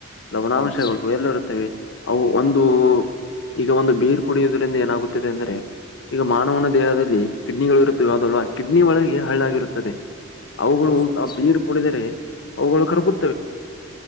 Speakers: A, on the left (about 65°); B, on the left (about 20°).
A: ಲವಣಾನಾಂಶಗಳ
B: ಹೌದಾ ಸರ್
A: ಎಲ್ಲ ಇರುತ್ತವೆ ಅವು ಒಂದು ಈಗ ಒಂದು ಬೀರ್ ಕುಡಿಯುವುದರಿಂದ ಏನಾಗುತ್ತದೆ ಅಂದ್ರೆ ಈಗ ಮಾನವನ ದೇಹದ ಕಿಡ್ನಿಗಳು ಇರುತ್ತವೆ ಹದಲ್ವಾ ಕಿಡ್ನ ಒಳಗೆ ಹಳ್ಳಾಗಿರು ಅವುಗಳು
B: ಹೌದ ಸರ್
A: ಆ ಬೀರ್ ಕುಡಿದರೆ ಅವುಗಳು ಕರ್ಗು